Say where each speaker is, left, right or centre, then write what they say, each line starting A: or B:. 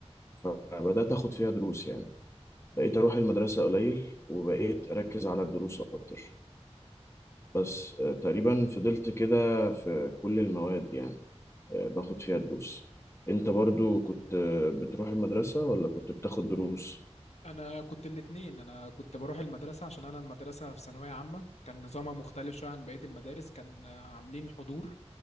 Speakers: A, on the left (about 25°); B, on the left (about 75°).
A: فبدأت اخد فيها دروس يعني بقيت اروح المدرسة قليل وبقيت اركز على الدروس اكتر بس آه، تقريبا فضلت كده في كل المواد يعني آه، باخد فيها دروس انت برضو كنت آه، بتروح المدرسة ولا كنت بتاخد دروس
B: انا كنت الاتنين انا كنت بروح المدرسة عشان انا المدرسة في ثانوية عامة كان نظامها مختلف شوية عن بقية المدارس كان عاملين حضور